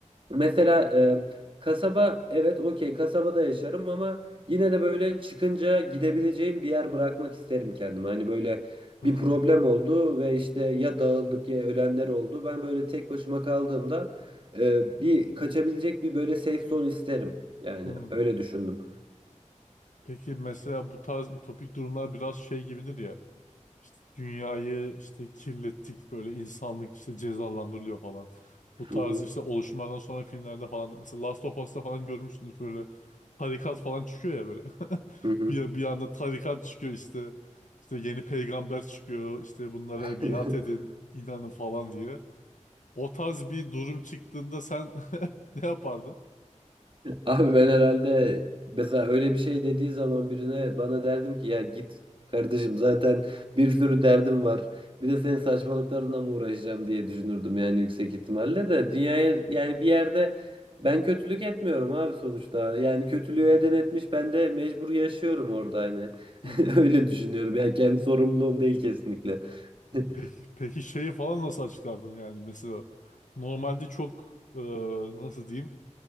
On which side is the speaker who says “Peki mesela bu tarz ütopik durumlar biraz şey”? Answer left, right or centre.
Left